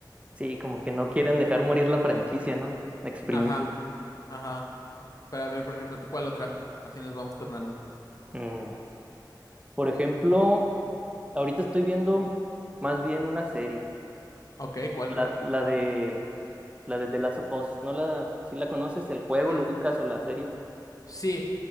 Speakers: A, on the right; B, on the left.
A: Sí, como que no quieren dejar morir la franquicia, ¿no? Exprimir.
B: Ajá, ajá. Para ver, por ejemplo, ¿tú cuál otra? Así nos vamos tornando.
A: Mm. Por ejemplo, ahorita estoy viendo más bien una serie,
B: Ok, ¿cuál,
A: la,
B: cuál?
A: la de La de The Last of Us, ¿no la, si la conoces, el juego
B: Mm,
A: lo ubicas o la serie?
B: sí.